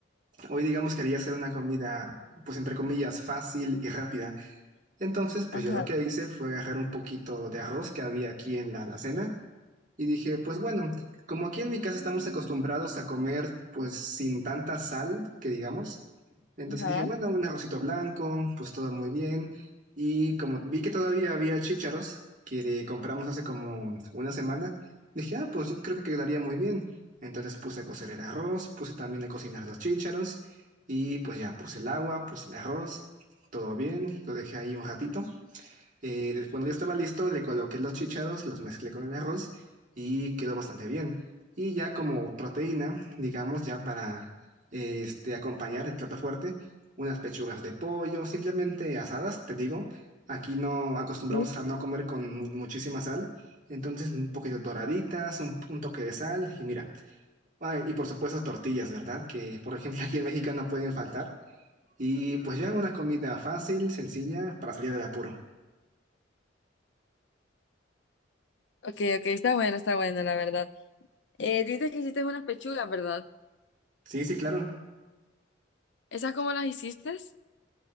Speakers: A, on the right (about 45°); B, on the left (about 65°).
A: Hoy digamos quería hacer una comida, pues entre comillas, fácil y rápida. Entonces, pues
B: ajá,
A: yo lo que hice fue agarrar un poquito de arroz que había aquí en la alacena y dije, pues bueno, como aquí en mi casa estamos acostumbrados a comer pues sin tanta sal, que digamos, entonces
B: ajá.
A: dije, bueno, un arrocito blanco, pues todo muy bien. Y como vi que todavía había chícharos que de- compramos hace como una semana, dije, ah, pues yo creo que quedaría muy bien. Entonces puse a cocer el arroz, puse también a cocinar los chícharos y pues ya puse el agua, puse el arroz, todo bien, lo dejé ahí un ratito. Eh, cuando ya estaba listo, le coloqué los chícharos, los mezclé con el arroz y quedó bastante bien. Y ya como proteína, digamos, ya para eh, este, acompañar el plato fuerte, unas pechugas de pollo, simplemente asadas, te digo. Aquí no acostumbramos
B: sí.
A: a no comer con mu- muchísima sal, entonces un poquito doraditas, un, un toque de sal y mira. Ah, y por supuesto tortillas, ¿verdad? Que por ejemplo <laughs> aquí en México no pueden faltar. Y pues ya una comida fácil, sencilla, para salir del apuro.
B: Ok, ok, está bueno, está bueno, la verdad. Eh, dices que hiciste unas pechugas, ¿verdad?
A: Sí, sí, claro.
B: ¿Esas cómo las hiciste?